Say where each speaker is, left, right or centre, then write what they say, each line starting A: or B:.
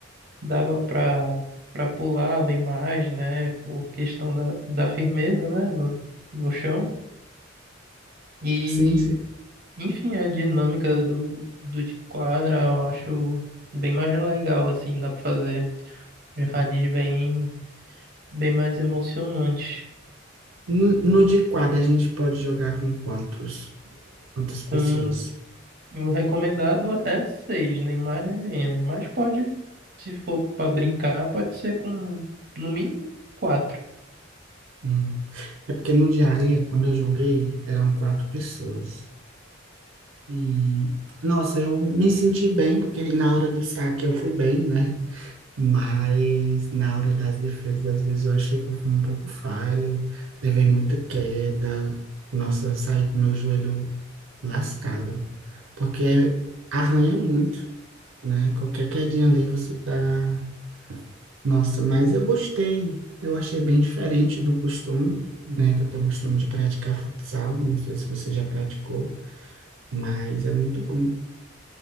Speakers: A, on the right (about 50°); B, on the right (about 80°).
A: dava pra, pra pular bem mais, né? Por questão da, da firmeza, né? No, no chão. E,
B: Sim, sim.
A: enfim, a dinâmica do, do de quadra eu acho bem mais legal, assim, dá pra fazer. Os Rallies bem, bem mais emocionantes.
B: No, no de quadra, a gente pode jogar com quantos? Quantas pessoas?
A: Com o recomendado é seis, nem mais nem menos. Mas pode, se for para brincar, pode ser com no mínimo quatro.
B: Hum. É porque no de areia, quando eu joguei, eram quatro pessoas. E, nossa, eu me senti bem, porque na hora do saque eu fui bem, né? Mas na hora das defesas, às vezes eu achei que eu fui um pouco falho, levei muita queda. Nossa, eu saí com meu joelho lascado, porque arranha muito, né? Qualquer quedinha ali você tá nossa, mas eu gostei. Eu achei bem diferente do costume, né? Que eu tenho o costume de praticar futsal. Não sei se você já praticou, mas é muito bom.